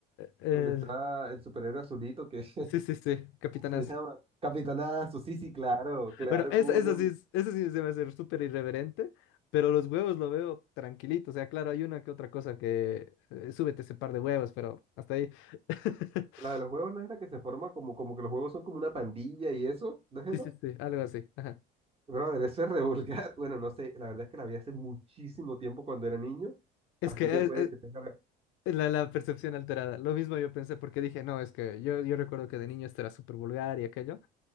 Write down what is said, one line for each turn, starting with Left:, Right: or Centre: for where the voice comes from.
Left: Eh,
Right: donde está el superhéroe azulito que, <laughs>
Left: sí, sí, sí, Capitana
Right: ¿cómo se llama? Capitanazo, sí, sí, claro, claro,
Left: Bueno, eso,
Right: cómo
Left: eso
Right: no.
Left: sí, es- eso sí se me hace súper irreverente, pero los huevos lo veo tranquilito. O sea, claro, hay una que otra cosa que eh, súbete ese par de huevos, pero hasta ahí. <laughs>
Right: La de los juegos no es la que se forma como, como que los juegos son como una pandilla y eso, ¿no es
Left: Sí,
Right: esa?
Left: sí, sí, algo así. Ajá.
Right: Brother, eso es re vulgar. <laughs> Bueno, no sé, la verdad es que la vi hace muchísimo tiempo cuando era niño,
Left: Es
Right: así
Left: que eh,
Right: que puede que tenga...
Left: eh, la, la percepción alterada. Lo mismo yo pensé porque dije, no, es que yo, yo recuerdo que de niño esto era súper vulgar y aquello.